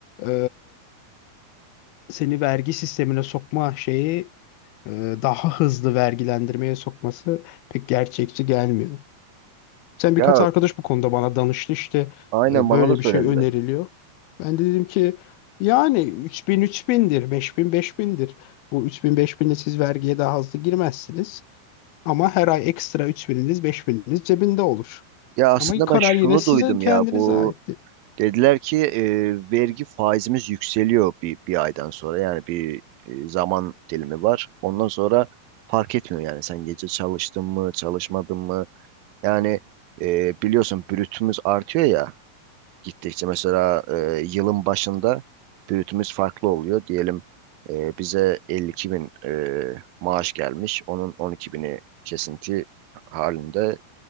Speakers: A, on the left (about 85°); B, on the right (about 75°).
A: e, seni vergi sistemine sokma şeyi e, daha hızlı vergilendirmeye sokması pek gerçekçi gelmiyor. Sen birkaç
B: Ya
A: arkadaş bu konuda bana danıştı işte
B: aynen
A: e,
B: bana
A: böyle
B: da söylediler.
A: bir şey öneriliyor. Ben de dedim ki yani 3000 bin 5000 bindir. Bu 3000 5000'de siz vergiye daha hızlı girmezsiniz. Ama her ay ekstra 3000'iniz 5000'iniz cebinde olur.
B: Ya aslında
A: Ama karar
B: ben şunu
A: yine sizin
B: duydum
A: kendinize
B: ya bu
A: ait.
B: dediler ki e, vergi faizimiz yükseliyor bir, bir aydan sonra yani bir e, zaman dilimi var. Ondan sonra fark etmiyor yani sen gece çalıştın mı çalışmadın mı yani e, biliyorsun brütümüz artıyor ya Gittikçe mesela e, yılın başında brütümüz farklı oluyor. Diyelim e, bize 52 bin e, maaş gelmiş. Onun 12 bini kesinti halinde